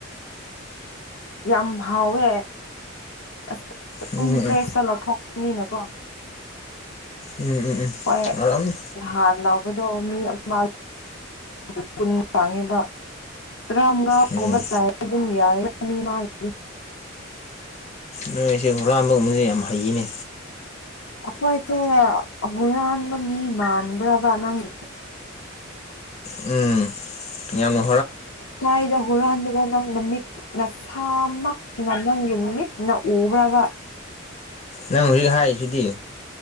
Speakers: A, on the left; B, on the left.
A: ꯌꯥꯝ ꯍꯥꯎꯋꯦ ꯑꯁ ꯑꯗꯨꯝ
B: ꯎꯝ
A: ꯐ꯭ꯔꯦꯁꯇ ꯂꯧꯊꯣꯛ ꯅꯤꯅꯀꯣ
B: ꯎꯝ ꯎꯝ ꯎꯝ ꯎꯝ
A: ꯍꯣꯏ
B: ꯌꯥꯔꯝꯅꯤ
A: ꯂꯍꯥꯟ ꯂ ꯄꯗꯣ ꯃꯤ ꯑꯃ ꯀ ꯐꯥꯡꯉꯤꯕ ꯇꯔꯥꯃꯉꯥꯥꯒꯨꯝꯕ
B: ꯎꯝ
A: ꯂꯩꯔ ꯑꯗꯨꯝ ꯌꯥꯏꯅꯤ ꯃꯥꯒꯤꯗꯤ꯫
B: ꯅꯣꯏꯁꯦ ꯍꯨꯔꯥꯟꯕꯒꯨꯝꯕꯁꯦ ꯌꯥꯝ ꯍꯩꯌꯦꯅꯦ꯫
A: ꯈꯣꯏꯁꯦ ꯍꯨꯔꯥꯟꯕ ꯃꯤ ꯃꯥꯟꯕ꯭ꯔꯕ ꯅꯪꯒꯤ
B: ꯎꯝ ꯌꯥꯅꯣ
A: ꯀꯥꯏꯗ ꯍꯔꯍꯟꯒ ꯅ ꯅꯃꯤꯛ ꯅꯁꯥꯃꯛꯅ ꯅꯪꯒꯤ ꯅꯨꯃꯤꯠꯅ ꯎꯕ꯭ꯔꯕ
B: ꯅꯪ ꯍꯧꯖꯤꯛ ꯍꯥꯏꯔꯤꯁꯤꯗꯤ